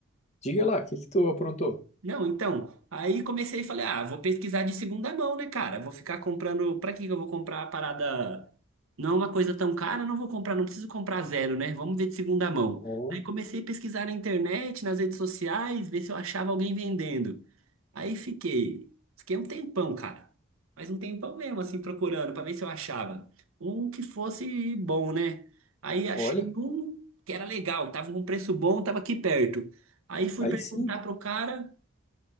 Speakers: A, on the left; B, on the right.
A: Diga lá, o que que tu aprontou?
B: Não, então, aí comecei e falei, ah, vou pesquisar de segunda mão, né, cara? Vou ficar comprando, pra que que eu vou comprar a parada? Não é uma coisa tão cara, não vou comprar, não preciso comprar zero, né? Vamos ver de segunda mão.
A: Ó,
B: Aí comecei a pesquisar na internet, nas redes sociais, ver se eu achava alguém vendendo. Aí fiquei, fiquei um tempão, cara. Mas um tempão mesmo, assim, procurando pra ver se eu achava um que fosse bom, né? Aí achei
A: olha,
B: um que era legal, tava com preço bom, tava aqui perto. Aí fui
A: aí
B: perguntar
A: sim,
B: pro cara,